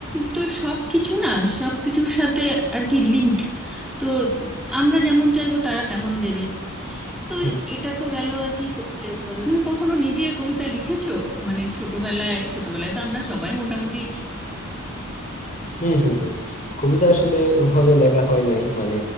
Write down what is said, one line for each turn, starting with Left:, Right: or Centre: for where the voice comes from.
Centre: তো সব কিছু না সব কিছুর সাথে আর কি লিঙ্কড তো আমরা যেমন চাইবো তারা তেমন দেবে তো
Left: হুম।
Centre: এটা তো গেল আর কি কবিতার কথা তুমি কখনো নিজে কবিতা লিখেছো মানে ছোটবেলায় ছোটবেলায় তো আমরা সবাই মোটামুটি
Left: হুম হুম হুম কবিতা আসলে ওভাবে লেখা হয় নাই মানে